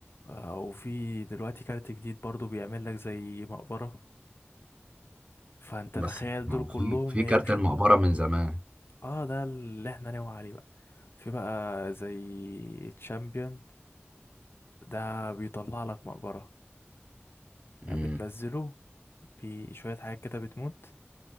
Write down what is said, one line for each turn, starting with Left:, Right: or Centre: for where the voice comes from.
Left: آه، وفي دلوقتي كارت جديد برضو بيعمل لك زي مقبرة فأنت تخيل
Right: بس ما
Left: دول
Right: هو
Left: كلهم
Right: في في
Left: هي
Right: كارت
Left: مش
Right: المقبره
Left: هتموت
Right: من زمان
Left: اه ده اللي احنا ناوي عليه بقى في بقى زي تشامبيون ده بيطلع لك مقبرة يعني
Right: امم
Left: بتنزله بشوية حاجات كده بتموت